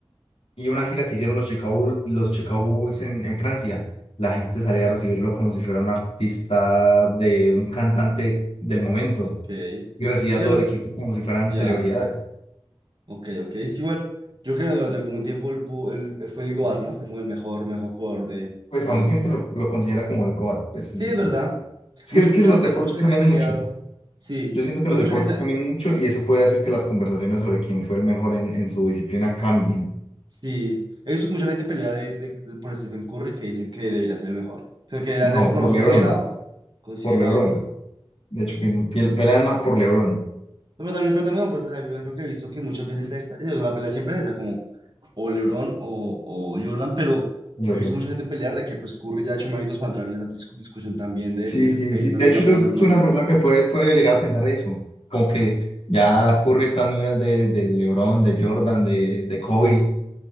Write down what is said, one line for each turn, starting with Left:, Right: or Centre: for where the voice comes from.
Left: y una gira que hicieron los Chicago, Bull- los Chicago Bulls en, en Francia, la gente salía a recibirlo como si fuera un artista de un cantante del momento,
Right: ok.
Left: y recibía
Right: Sí,
Left: a todo
Right: eso,
Left: el equipo como si fueran
Right: ya,
Left: celebridades.
Right: ok, ok, es que igual, yo creo que durante algún tiempo el, pu- el- el- fue el GOAT, ¿no? Fue como el mejor, mejor jugador de,
Left: Pues
Right: de
Left: aún
Right: la his-
Left: gente lo, lo considera como el GOAT, pues
Right: Sí,
Left: no
Right: es
Left: sé.
Right: verdad.
Left: Es
Right: Mucha
Left: que, es que
Right: mucha
Left: los
Right: gente,
Left: deportes
Right: mucha gente
Left: cambian
Right: ha peleado,
Left: mucho.
Right: sí,
Left: Yo siento
Right: pero
Left: que los deportes
Right: mucha gente...
Left: cambian mucho y eso puede hacer que las conversaciones sobre quién fue el mejor en, en su disciplina cambien.
Right: Sí, he visto que mucha gente pelea de, de- de- por Stephen Curry que dicen que debería ser el mejor. Creo que debería
Left: No,
Right: ser, por
Left: por
Right: lo menos,
Left: LeBron,
Right: considerado. Considerado.
Left: por LeBron. De hecho, que, que pelean más por LeBron.
Right: Pero también, pero también, no, pero también creo que he visto que muchas veces la, esta- la pelea siempre es esa, como o LeBron o, o Jordan, pero
Left: Jordan.
Right: he visto mucha gente pelear de que pues Curry ya ha hecho méritos para entrar en esa discu- discusión también
Left: Sí,
Right: de decir,
Left: sí,
Right: "Eh,
Left: sí.
Right: yo también
Left: De hecho,
Right: ya
Left: yo
Right: puedo ser uno,
Left: soy una
Right: de-
Left: persona que puede, puede llegar a pensar eso. Como que ya Curry está a nivel de, de LeBron, de Jordan, de, de Kobe.